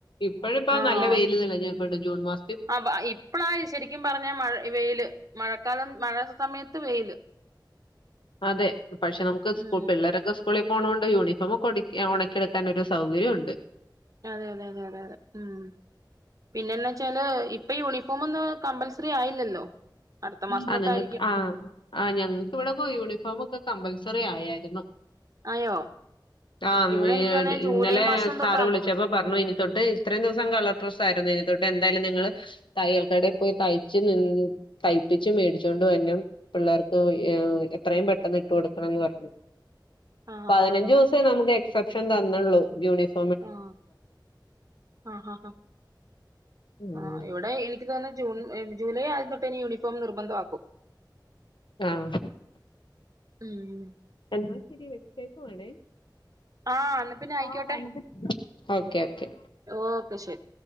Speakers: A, on the left; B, on the right.
A: ഇപ്പള് ഇപ്പം
B: ആഹ്
A: നല്ല വെയില് തെളിഞ്ഞ് അപ്പം ജൂൺ മാസം
B: ആ ഇപ്പളായി ശരിക്കും പറഞ്ഞാ മഴ വെയില് മഴക്കാലം മഴ സമയത്ത് വെയില്.
A: അതെ പക്ഷെ നമുക്ക്
B: ഉം
A: സ്കൂ പിള്ളേരൊക്കെ സ്കൂ സ്കൂളിൽ പോക്ണോണ്ട് യൂണിഫോം ഒക്കെ ഒടക്ക് ഒണക്കി എടുക്കാനൊക്കെ ഒരു സൗകര്യം ഉണ്ട്
B: അതെ അതെ അതെ അതെ അതെ ഉം പിന്നെന്നാ വെച്ചാല് ഇപ്പം യൂണിഫോം ഒന്നും കമ്പൽസറി ആയില്ലല്ലോ അടുത്ത മാസം
A: ആഹ്
B: തൊട്ടായിരിക്കും.
A: നിങ്ങക്ക് ആഹ് ആ് ഞങ്ങക്ക് ഇവിടൊക്കെ യൂണിഫോമൊക്കെ കമ്പൽസറി ആയായിരുന്നു.
B: ആയോ?
A: ആ മ്മേ
B: ഇവിടെ എനിക്ക് തോന്നേ ജൂലൈ
A: ഇന്നലെ
B: മാസം
A: സാറ്
B: തൊട്ടാന്ന്
A: വിളിച്ചപ്പം
B: തോന്നുന്നു
A: പറഞ്ഞു ഇനി തൊട്ട് ഇത്രയും ദിവസം കളർ ഡ്രസ്സ് ആയിരുന്നു. ഇനി തൊട്ട് എന്തായാലും നിങ്ങള് തയ്യൽക്കടയില് പോയി തയ്ച്ച് നിന്ന് തയ്പ്പിച്ച് മേടിച്ചോണ്ട് വരണം. പിള്ളേർക്ക് ഏ എത്രയും പെട്ടെന്ന് ഇട്ട് കൊടുക്കണംന്ന് പറഞ്ഞു.
B: ആഹ്
A: പതിനഞ്ച്
B: ആഹ്
A: ദിവസേ നമക്ക് എക്സെപ്ഷൻ തന്നൊള്ളൂ യൂണിഫോ
B: ആഹ് ആ
A: ഉം
B: ആ എവിടെ ഇയ് ഇൻക്ക് തോന്ന്ണെ ജൂൺ ഏ ജൂലൈ ആദ്യം തൊട്ട് യൂണിഫോം നിർബന്ധമാക്കും.
A: ആഹ്
B: ഉം
A: എന്നാ ശരി വെച്ചേക്കുവാണേ?
B: ആഹ് എന്നാ പിന്നെ ആയിക്കോട്ടെ
A: <unintelligible> ഓക്കെ ഓക്കെ
B: ഓക്കെ ശരി